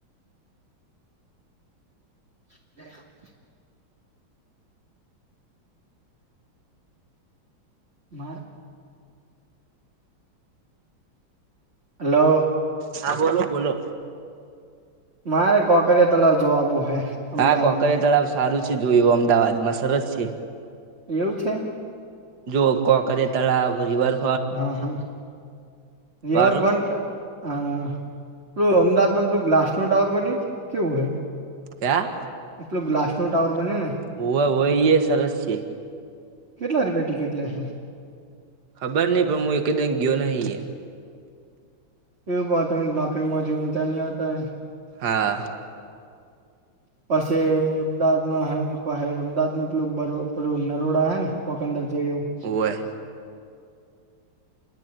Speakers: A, on the right (about 30°); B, on the right (about 50°).
A: <inaudible> માર હલો
B: હા બોલો બોલો.
A: મારે કોકરિયા તલાવ જોવા આબું હે. અમદાવાદમાં
B: હા કોકરીયા તળાવ સારું છે જોયું, અમદાવાદમાં સરસ છે.
A: એવું છે?
B: જો કાંકરીયા તળાવ, રીવર
A: હા હા રિવરફ્રન્ટ
B: પર
A: હા પેલું અમદાવાદમાં પેલું ગ્લાસનો ટાવર બન્યું કેવું હે?
B: ક્યાં?
A: પેલું ગ્લાસ નો ટાવર બન્યું ને,
B: હોવે હોવે એ સરસ છે.
A: કેટલા રૂપિયા ટિકિટ લે હે,
B: ખબર નહિ પણ મું એકદમ ગયો નહી એ,
A: એવું પણ તમે નોકરી માંથી ઊંચા નહીં આવતા હે,
B: હા
A: પસે અમદાવાદમાં હૈ પહ અમદાવાદમાં પેલુ પેલું નરોડા હૈ ને, કોક અંદર જોય એવું,
B: ઓવે